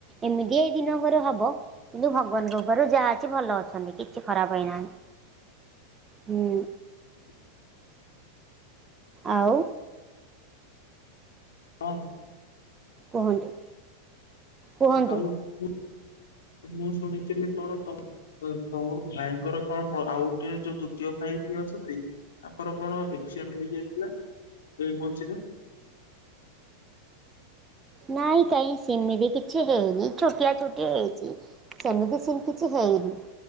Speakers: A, on the right; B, on the left.
A: ଏମିତି ଏଇ ଦିନଙ୍କର ହବ କିନ୍ତୁ ଭଗବାନଙ୍କ କୃପାରୁ ଯାହା ଅଛି ଭଲ ଅଛନ୍ତି କି କିଛି ଖରାପହେଇନାହିଁ ହୁଁ
B: ଆ
A: ଆଉ।
B: <unintelligible>
A: କୁହନ୍ତୁ। କୁହନ୍ତୁ।
B: ଆଉ ମୁ ମୁଁ ଶୁଣିଥିଲି କଣ ତମ ହ ତମ ଭାଇଙ୍କର କଣ ମ ଆଉ ଗୋଟେ ଯୋଉ ଦ୍ଵିତୀୟ ଭାଇ ଟିଏ ଅଛନ୍ତି? ତାଙ୍କର କଣ ଏକ୍ସିଡେଣ୍ଟ ହେଇଯାଇଥିଲା ଏଇ ମଝିରେ।
A: ନାଇଁ କାଇଁ ସେମିତି କିଛି ହେଇନି ଛୋଟିଆ ଛୋଟିଆ ହେଇଛି। ସେମିତି ସେମିତି କିଛି ହେଇନି